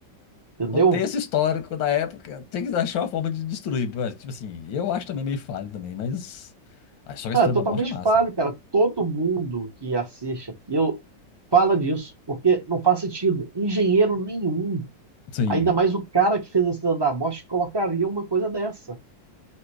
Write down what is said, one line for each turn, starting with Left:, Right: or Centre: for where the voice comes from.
Right: Entendeu?
Left: Contexto histórico da época, tem que achar uma forma de destruir. Mas, Tipo assim, eu acho também meio falho também, mas... Aí só que A
Right: Ah,
Left: história da Estrela
Right: é totalmente
Left: da Morte é massa,
Right: falho,
Left: velho.
Right: cara. Todo mundo que assiste aquilo fala disso, porque não faz sentido. Engenheiro nenhum,
Left: Sim.
Right: ainda mais o cara que fez a Estrela da Morte, colocaria uma coisa dessa.